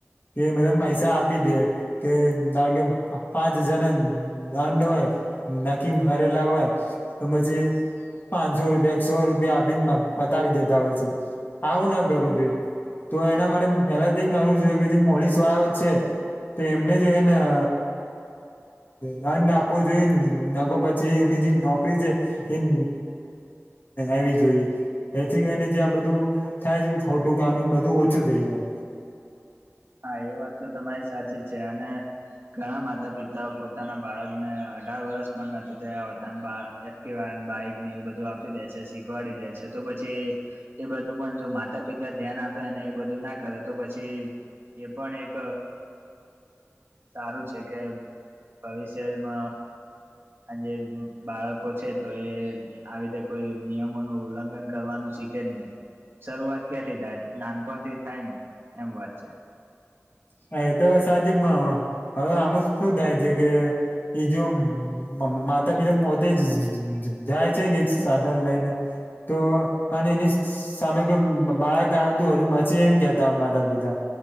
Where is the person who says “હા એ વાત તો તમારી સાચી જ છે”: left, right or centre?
Right